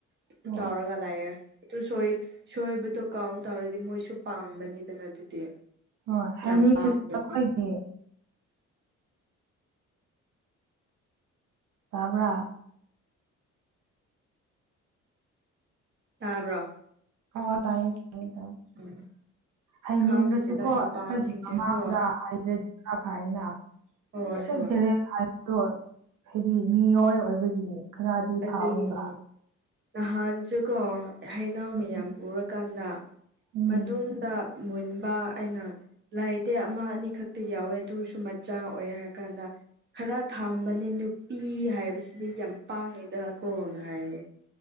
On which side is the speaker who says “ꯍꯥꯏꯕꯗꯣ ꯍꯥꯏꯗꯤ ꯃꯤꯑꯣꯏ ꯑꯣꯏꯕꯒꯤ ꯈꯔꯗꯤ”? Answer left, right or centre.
Right